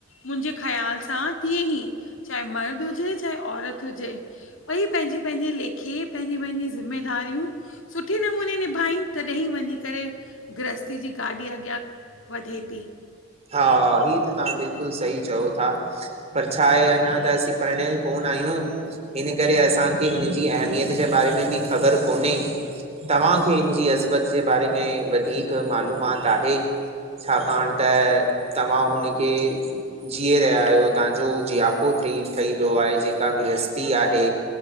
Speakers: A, on the left; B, on the right.
A: मुंहिंजे ख़्याल सां तीअं ई चाहे मर्द हुजे चाहे औरत हुजे ॿई पंहिंजे जे पंहिंजे लेखे पंहिंजी पंहिंजी ज़िमेदारियूं सुठे नमूने निभाइनि तॾहिं ई वञी करे गृहस्थी जी गाॾी अॻियां वधे थी।
B: हा ही त तव्हां बिल्कुलु सही चओ था, पर छा आहे अञां त असीं प्रणयल कोन आहियूं हूं हिन करे असांखे, हिन जी अहमियत जे बारे में बि ख़बर कोन्हे तव्हांखे हिनजी अज़बत जे बारे में वधीक मालूमात आहे छाकाणि त तव्हां हुन खे जीए रहिया आहियो तव्हांजो उहो ज़ियापो ठही ठही वियो आहे आहे जेका गृहस्थी आहे